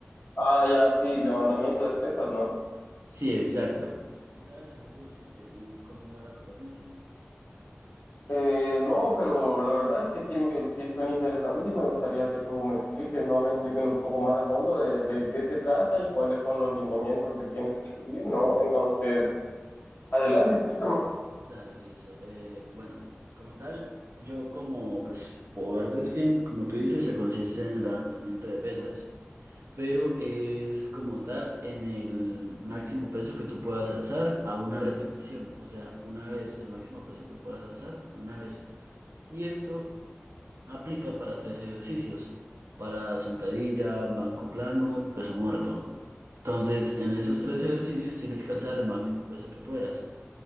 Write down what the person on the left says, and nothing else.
Ah, ya, sí, levantamiento de pesas, ¿no?
Eh, no, pero la verdad es que sí, me- sí suena interesante y me gustaría que tú me expliques, ¿no? Me expliques un poco más a fondo de, de qué se trata y cuáles son los lineamientos que tienes que seguir, ¿no? Entonces, adelante, explícame.